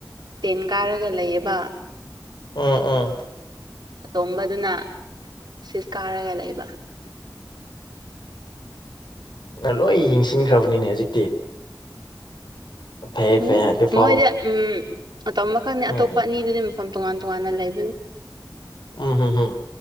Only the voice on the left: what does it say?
ꯎꯝ ꯎꯝ
ꯂꯣꯏ ꯌꯦꯡꯁꯤꯟꯈ꯭ꯔꯕꯅꯤꯅꯦ ꯍꯧꯖꯤꯛꯇꯤ ꯐꯩ
ꯐꯩ ꯑꯗꯨ ꯐꯥꯎꯋꯤ
ꯎꯝ
ꯎꯝ ꯎꯝ ꯎꯝ